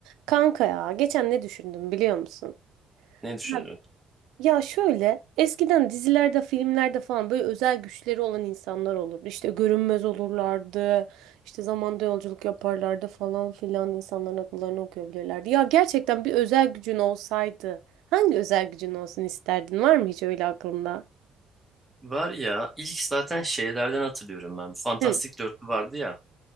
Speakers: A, on the right; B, in the centre.
A: Kanka ya geçen ne düşündüm biliyor musun?
B: Ne düşündün?
A: Ya, Ya şöyle eskiden dizilerde filmlerde falan böyle özel güçleri olan insanlar olurdu. İşte görünmez olurlardı. işte zamanda yolculuk yaparlardı falan filan insanların akıllarını okuyabilirlerdi. Ya gerçekten bir özel gücün olsaydı hangi özel gücün olsun isterdin? Var mı hiç öyle aklında?
B: Var ya ilk zaten şeylerden hatırlıyorum ben. Bu Fantastik
A: Hı.
B: Dörtlü vardı ya.